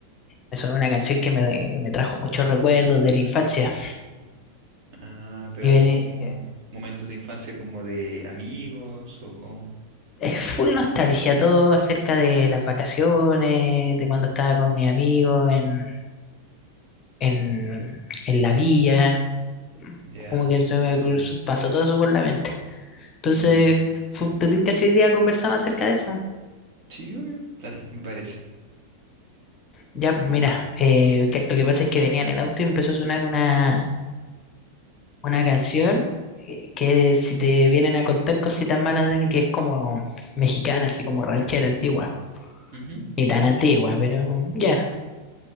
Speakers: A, on the left; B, on the right.
A: me sonó una canción que me, me trajo muchos recuerdos de la infancia.
B: Ah, pero
A: Y veni-
B: así como
A: eh,
B: momentos de infancia como de amigos o como...
A: es full nostalgia, todo acerca de las vacaciones, de cuando estaba con mis amigos en, en, en la villa.
B: Ya,
A: Como que se me
B: entiendo.
A: cruzó- pasó todo eso por la mente. Entonces,
B: Mm,
A: fu- ¿te tinca si hoy día conversamos acerca de eso?
B: sí, obvio. Dale, me parece.
A: Ya, pues mira, eh, que- lo que pasa es que venía en el auto y empezó a sonar una, una canción eh, que si te vienen a contar cositas malas de mí, que es como mexicana, así como ranchera antigua,
B: Ujú,
A: ni tan
B: sí la
A: antigua,
B: cacho.
A: pero ya.